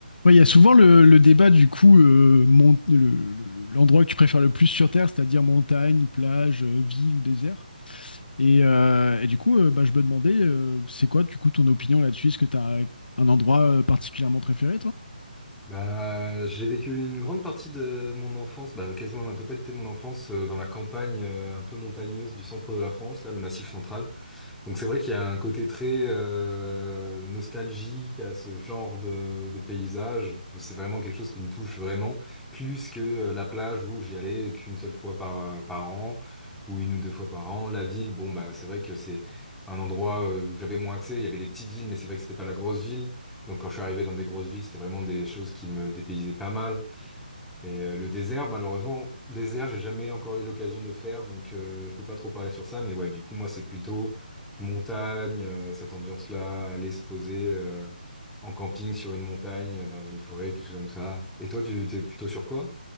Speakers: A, on the left; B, in the centre.
A: Ouais, il y a souvent le, le débat du coup, euh, mon- le- le- l'endroit que tu préfères le plus sur Terre, c'est-à-dire montagne, plage, euh, ville ou désert. Et, euh, et du coup, euh, bah, je me demandais, euh, c'est quoi du coup ton opinion là-dessus? Est-ce que tu as un endroit euh, particulièrement préféré, toi?
B: Bah, j'ai vécu une grande partie de mon enfance, bah, quasiment la totalité de mon enfance, euh, dans la campagne euh, un peu montagneuse du centre de la France, là, le Massif central. Donc c'est vrai qu'il y a un côté très euh, nostalgique à ce genre de, de paysage. C'est vraiment quelque chose qui me touche vraiment, plus que euh, la plage où j'y allais qu'une seule fois par, euh, par an, ou une ou deux fois par an. La ville, bon bah c'est vrai que c'est un endroit euh, où j'avais moins accès. Il y avait des petites villes, mais c'est vrai que c'était pas la grosse ville. Donc quand je suis arrivé dans des grosses villes, c'était vraiment des choses qui me dépaysaient pas mal. Et euh, le désert, malheureusement, désert, j'ai jamais encore eu l'occasion de faire, donc euh, je peux pas trop parler sur ça. Mais ouais, du coup, moi, c'est plutôt montagne, euh, cette ambiance-là, aller se poser euh, en camping sur une montagne, dans une forêt, quelque chose comme ça. Et toi, tu t'es plutôt sur quoi?